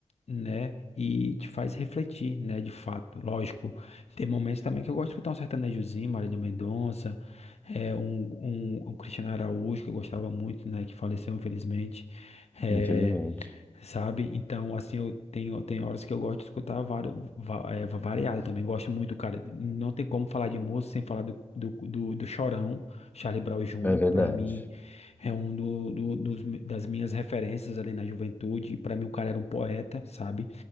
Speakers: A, on the left; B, on the left.
A: né, e te faz refletir, né, de fato. Lógico, tem momentos também que eu gosto de escutar um sertanejozinho, Marília Mendonça, é, um, um, um Cristiano Araújo, que eu gostava muito, né, que faleceu infelizmente. É,
B: infelizmente.
A: sabe? Então, assim, eu tenho, tem horas que eu gosto de escutar vários, variado também. Gosto muito, cara. Não tem como falar de música sem falar do, do, do, do Chorão, Charlie Brown Júnior
B: É verdade.
A: Para mim, é um do, do- dos mi- das minhas referências ali na juventude. Para mim, o cara era um poeta, sabe?